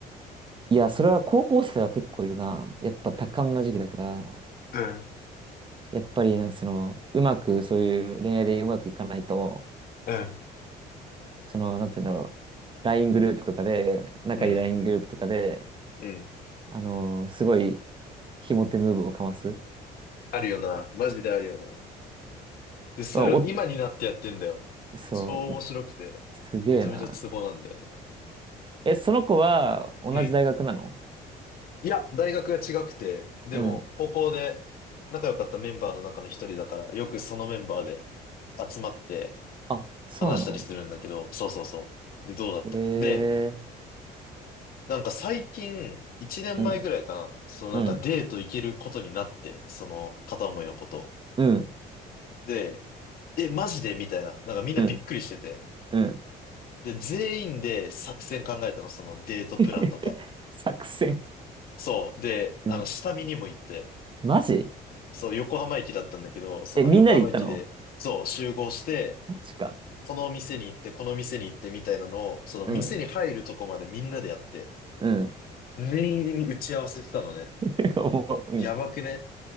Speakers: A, on the right; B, on the left.
A: いや、それは高校生は結構いるな。やっぱ多感な時期だから、
B: う。うん。
A: やっぱりなんかその、うまく、そういう恋愛でうまくいかないと、
B: うん。
A: その、なんて言うんだろう。LINE グループとかで、仲いい
B: うん。
A: LINE グループとかで、
B: うん
A: あのーすごい、ひも手ムーブをかます。
B: あるよな。マジであるよな。で、それを今になってやってんだよ。
A: まあお、そう、
B: 超面白くて。
A: すげえな。
B: めちゃめちゃツボなんだよね。
A: え、その子は同じ大学なの
B: うん。いや、大学が違くて、でも、
A: うん。
B: 高校で仲良かったメンバーの中の一人だから、よくそのメンバーで集まって
A: あ、そうなの
B: 話したりするんだけど、そうそうそう。で、どうだったので、
A: え
B: なんか最近、一年前ぐらいかな、
A: ー、う
B: そのなんかデート行けることになって、
A: ん、うん、
B: その片思いのことを。
A: うん、
B: で、え、マジでみたいな。なんかみんなびっくりしてて。
A: うん、うん。
B: で、全員で作戦考えたの、そのデートプランとか。
A: <laughs> 作戦。
B: そう。で、
A: うん。
B: あの、下見にも行って、
A: マジ
B: そう、横浜駅だったんだけど、その横浜駅で、
A: え、みんなで行ったの
B: そう、集合して、
A: マジか。
B: この店に行って、この店に行ってみたいなのを、その店に入るとこまでみんなでやって、
A: うん、うん、
B: 念入りに打ち合わせしたのね。
A: <laughs> 思ううん、
B: やばくね。